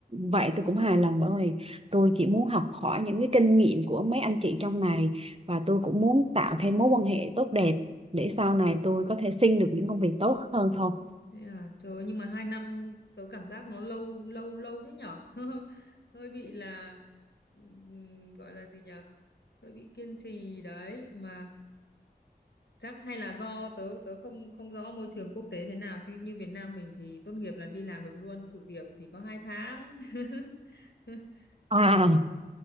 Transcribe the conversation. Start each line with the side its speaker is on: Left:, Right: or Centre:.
Right: vậy tôi cũng hài lòng bởi vì tôi chỉ muốn học hỏi những cái kinh nghiệm của mấy anh chị trong này và tôi cũng muốn tạo thêm mối quan hệ tốt đẹp để sau này tôi có thể xin được những công việc tốt hơn thôi
Left: Thế à, trời ơi, nhưng mà hai năm tớ cảm giác nó lâu lâu lâu thế nhở <laughs> hơi bị là ừm, gọi là gì nhở hơi bị kiên trì đấy mà chắc hay là do tớ tớ không không rõ môi trường quốc tế thế nào chứ như Việt Nam mình thì tốt nghiệp là đi làm được luôn thử việc thì có hai tháng <laughs>
Right: à
Left: Chắc